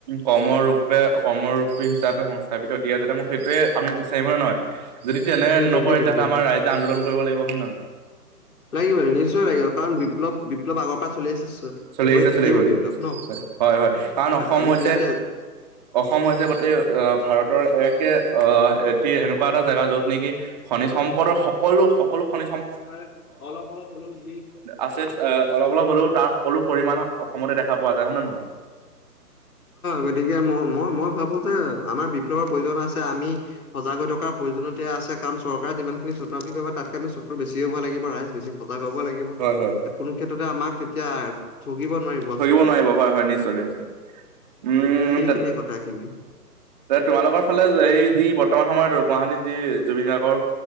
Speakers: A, on the right; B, on the left.
A: কৰ্মৰূপে কৰ্মৰূপী হিচাপে সংস্থাপিত দিয়া যাতে মই সেইটোয়ে আমি বিচাৰিম হয়ে নহয় যদি
B: সেইটো
A: তেনে নক
B: সেইটো
A: কৰে তেতিয়াহ'লে
B: সেইটো
A: আমাৰ ৰাইজে আন্দোল কৰিব লাগিব।
B: লাগিব নিশ্চয় লাগিব কাৰণ বিপ্লৱ বিপ্লৱ আগৰ পৰা চলি আছে। চ-
A: চলি
B: হৈ
A: আহিছে
B: থাকিব
A: চলিব লাগিব
B: বিপ্লৱ ন'
A: হয় হয় হয় কাৰণ অসম
B: আমি
A: হৈছে
B: যেতিয়া
A: অসম হৈছে গোটেই আহ ভাৰতৰ একে আহ এটি এনেকুৱা এটা জেগা যত নেকি সম্পদৰ সকলো সকলোখনে
B: হয়-হয়
A: আছে আহ অলপ অলপ হ'লেও তাৰ সকলো পৰিমাণ অসমতে দেখা পোৱা যায় হয় নে নহয়?
B: গতিকে মই মই মই ভাবো যে আমাৰ বিপ্লৱৰ প্ৰয়োজন আছে আমি সজাগ হৈ থকাৰ প্ৰয়োজনত আছে। কাৰণ চৰকাৰ যিমানখিনি চতুআমি কৰিব তকে আমি বেছি ভাল লাগিব ৰাইজ বেছি ভল ভলাগ হব লাগিব
A: হয় হয়।
B: কোনো ক্ষেত্ৰতে আমাক তেতিয়া ঠগিব নোৱাৰিব আচলতে
A: ধৰিব নোৱাৰিব হয় হয় নিশ্চয় নিশ্চয় উম
B: গতিকে সেইখিনিয়ে কথাখিনি
A: তোমালোকৰ ফালে এই যি বৰ্তমান সময়ত গুৱাহাটী যি জুবিন গাৰ্গৰ